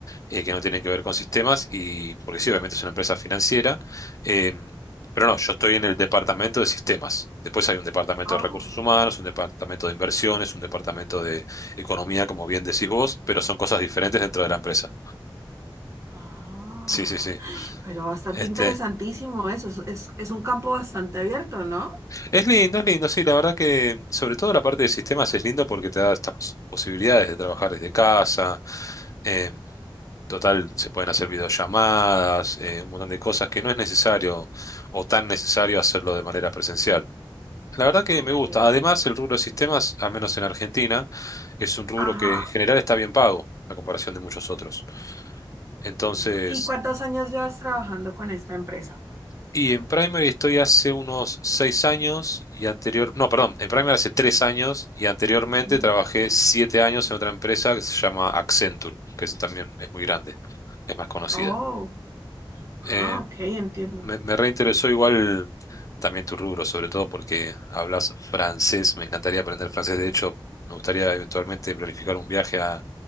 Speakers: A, on the left; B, on the right.
A: eh, que no tienen que ver con sistemas, y porque sí, obviamente es una empresa financiera, eh, pero no, yo estoy en el departamento de sistemas. Después hay un departamento
B: Oh.
A: de recursos humanos, un departamento de inversiones, un departamento de economía, como bien decís vos, pero son cosas diferentes dentro de la empresa.
B: Ah,
A: Sí, sí, sí.
B: pero bastante
A: Este,
B: interesantísimo eso. Es, es- es un campo bastante abierto, ¿no?
A: es lindo, es lindo, sí, la verdad que sobre todo la parte de sistemas es lindo porque te da estas pos- posibilidades de trabajar desde casa. eh, Total, se pueden hacer videollamadas, eh, un montón de cosas que no es necesario o tan necesario hacerlo de manera presencial. La verdad que
B: Ok.
A: me gusta. Además, el rubro de sistemas, al menos en Argentina, es un rubro
B: Ajá.
A: que en general está bien pago a comparación de muchos otros. Entonces,
B: Bueno. ¿Y cuántos años llevas trabajando con esta empresa?
A: y en Primary estoy hace unos seis años y anterior, no, perdón, en Primary hace tres años y anteriormente
B: Mm.
A: trabajé siete años en otra empresa que se llama Accenture, que es, también es muy grande, es más conocida.
B: Oh. Ah,
A: Eh,
B: ok, entiendo.
A: Me, me reinteresó igual también tu rubro, sobre todo porque hablas francés. Me encantaría aprender francés. De hecho, me gustaría eventualmente planificar un viaje a,